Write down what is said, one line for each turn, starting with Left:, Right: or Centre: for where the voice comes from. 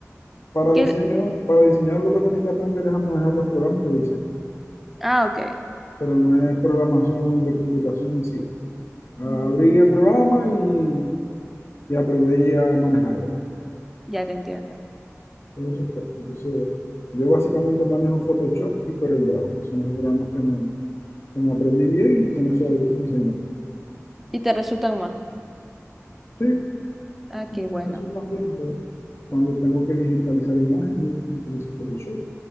Left: Para
Centre: Que-
Left: diseño, para diseñar lo que tenéis que aprender es a manejar los programas de diseño,
Centre: Ah, ok.
Left: pero no es programación de computación en sí. abrir
Centre: Mm.
Left: el programa y, y aprender a manejarlo.
Centre: ya te entiendo.
Left: en eso estoy. Entonces, yo básicamente manejo Photoshop y CorelDRAW, que son los programas que me, que me aprendí bien y con eso diseño.
Centre: y te resultan más.
Left: Sí,
Centre: Ah, qué
Left: me
Centre: bueno,
Left: resultan bien, pues. Cuando tengo que digitalizar imágenes, utilizo Photoshop.